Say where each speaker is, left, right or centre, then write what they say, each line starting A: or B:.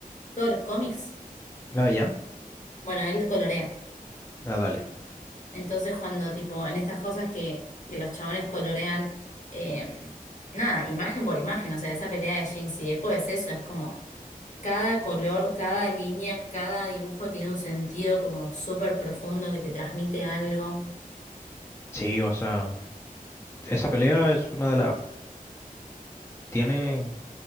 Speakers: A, on the left; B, on the left.
A: Todos los cómics.
B: Ah, ya.
A: Bueno, él colorea.
B: Ah, dale.
A: Entonces, cuando, tipo, en estas cosas que, que los chabones colorean, eh, nada, imagen por imagen, o sea, esa pelea de Jinx y Echo es eso, es como cada color, cada línea, cada dibujo tiene un sentido como súper profundo que te transmite algo.
B: Sí, o sea, esa pelea es una de las tiene,